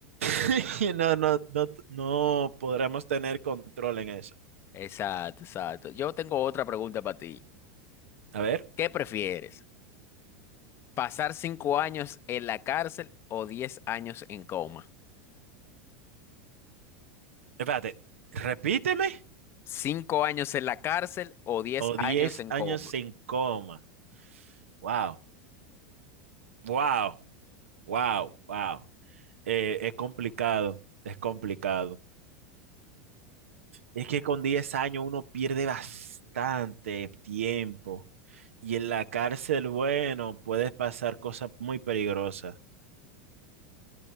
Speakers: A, on the right; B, on the left.
A: <laughs> Y no, no, no, no podremos tener control en eso.
B: Exacto, exacto. Yo tengo otra pregunta para ti.
A: A ver,
B: ¿Qué prefieres? ¿Pasar cinco años en la cárcel o diez años en coma?
A: espérate, repíteme.
B: ¿Cinco años en la cárcel o diez
A: O
B: años
A: 10
B: en
A: años
B: coma?
A: sin coma. Wow, wow, wow, wow. Eh, es complicado, es complicado. Es que con 10 años uno pierde bastante tiempo. Y en la cárcel, bueno, puedes pasar cosas muy peligrosas.